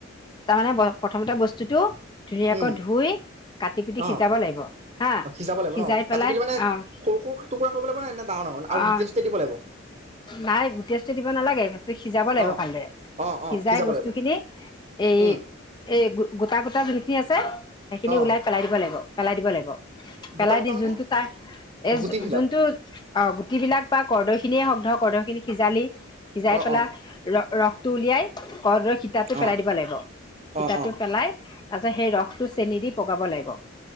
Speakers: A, on the left; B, on the right.
A: তাৰমানে প্ৰথমতে বস্তুতোটো ধুনীয়াকৈ
B: উম
A: ধুই কাটি কুটি সিজাব
B: অঁ
A: লাগিব হা
B: অঁ সিজাব লাগিব
A: সিজাই
B: ন
A: পেলাই
B: কাটি কুটি মানে
A: আহ
B: সৰু সৰু টুকুৰা কৰিব লাগিব নে নে ডাঙৰ ডাঙৰ আৰু
A: আহ
B: গুটি চুটি দিব লাগিব
A: নাই গুটেইষ্টটো দিব নালাগে। সিজাব লাগিব
B: অঁ
A: ভালদৰে
B: অঁ
A: সিজাই
B: অঁ সিজাব
A: বস্তু
B: লাগিব
A: খিনি এই
B: উম
A: এই গোটা গোটা যোনখিনি আ ছে। সেইখিনি
B: অঁ
A: ওলাই পেলাই দিব লাগিব। পেলাই দিব লাগিব। পেলাই
B: গোটা গোটা
A: দি
B: মানে
A: যোনটো তাৰ এ
B: গুটিবিলাক
A: যোনটো গুটি বিলাক বা কৰ্দৈ খিনিয়ে হওঁক ধৰক কৰ্দৈখিনি সিজালি সিজাই
B: অঁ
A: পেলাই
B: অঁ
A: ৰ ৰসটো উলিয়াই কৰ্দৈ তিতাটো পেলাই
B: অঁ
A: দিব লাগ তিতাটো
B: অঁ অঁ
A: পেলাই তাৰপিছত সেই ৰসটো চেনি দি পগাব লাগিব।